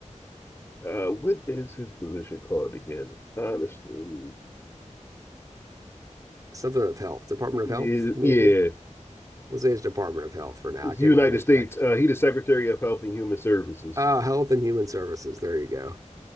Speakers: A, on the left; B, on the right.
A: uh, what is his position called again? Honestly,
B: something of health? Department of
A: it,
B: Health, maybe?
A: yeah,
B: We'll say it's Department of Health for now.
A: it's
B: I can't
A: the United
B: remember the
A: States.
B: exact.
A: Uh, he's the Secretary of Health and Human Services.
B: Oh, Health and Human Services. There you go.